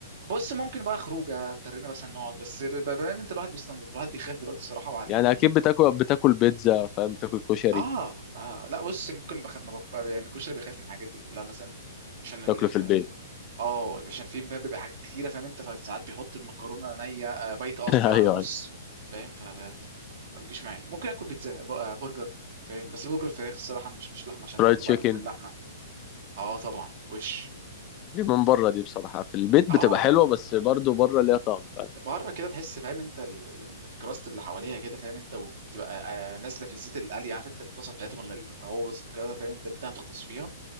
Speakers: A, on the right (about 65°); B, on the left (about 30°).
A: بص ممكن بقى خروجه اضطرينا مثلا نقعد بس ب- ب- بما ان انت الواحد بيستنضف الواحد بيخاف دلوقتي الصراحه بعد
B: يعني
A: يعني
B: اكيد بتاكل بتاكل بيتزا فاهم بتاكل كشري
A: اه اه لا بص ممكن بخاف ما بخ... يعني الكشري بيخاف من الحاجات دي كلها مثلا عشان
B: تاكله في البيت
A: اه عشان في بقى بيبقى حاجات كتيره فاهم انت فساعات بيحط المكرونه نيه آه، بايته قصدي
B: <laughs>
A: على
B: ايوه
A: رز
B: ايوه
A: فاهم فب... ما بيجيش معايا ممكن اكل بيتزا ب- آه، برجر فاهم بس برجر فراخ الصراحه مش مش لحمه عشان
B: فرايد
A: برضه
B: تشيكن
A: بقلق من اللحمه اه طبعا وش
B: دي من بره دي بصراحه في البيت
A: اه
B: بتبقى
A: لا
B: حلوه
A: لا
B: بس برضه بره ليها طعم فاهم
A: بره كده تحس فاهم انت ال- ال- ال- الكراست اللي حواليها كده فاهم انت وبتبقى آه، نازله في الزيت اللي قلي عارف انت الطاسه بتاعتهم اللي بتغوص كده فاهم انت البتاع تغطس فيها